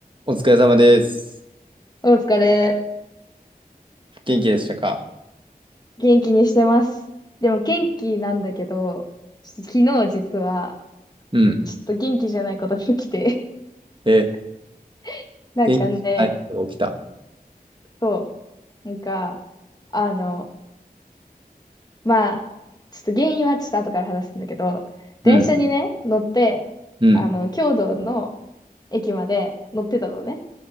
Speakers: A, on the right; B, on the left.
A: お疲れ様です。
B: お疲れ。
A: 元気でしたか
B: 元気にしてます。でも元気なんだけど、ちょっと昨日実は、
A: うん。
B: ちょっと元気じゃないことが起きて。
A: え、
B: <laughs> なんかね、
A: 元気じゃない人が起きた。
B: そう、なんか、あの、まあ、ちょっと原因はちょっと後から話すんだけど、電車にね、
A: うん。
B: 乗って、
A: うん。
B: あの、京都の駅まで乗ってたのね。